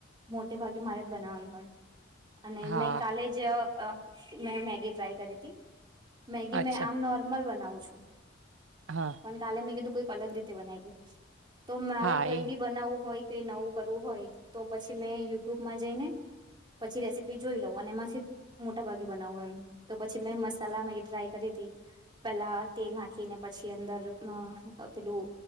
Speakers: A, on the right; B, on the right.
A: મોટે ભાગે મારે જ બનાવાનું હોય. અને
B: હા
A: મેં કાલે જ મેં મેગી ટ્રાય કરી હતી. મે
B: અચ્છા
A: આમ નોર્મલ બનાવુ છું. છું.
B: હા
A: પણ કાલે મેં કીધું કોઈ અલગ રીતે બનાઈ ગ. તો મારે
B: હા
A: કઈ
B: એ
A: બી બનાવવું હોય કેઈ નવું કરવું હોય તો પછી મેં યુટ્યુબમાં જઈને, પછી રેસીપી જોઈ લઉં અને એમાંથી મોટા ભાગે બનાવું એમ, તો પછી મેં મસાલા ડ્રાય કરી, પેલા તેલ નાખીને પછી અંદર પેલું